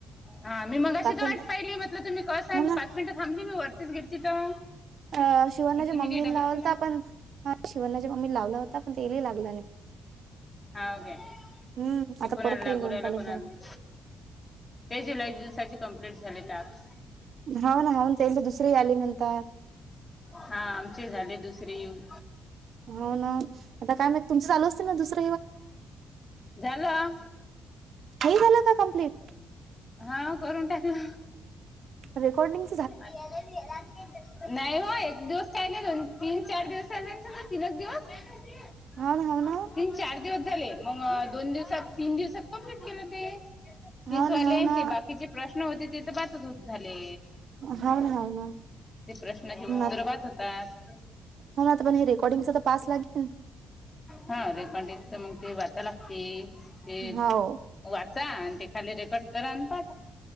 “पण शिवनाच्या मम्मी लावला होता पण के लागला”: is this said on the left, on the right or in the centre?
Right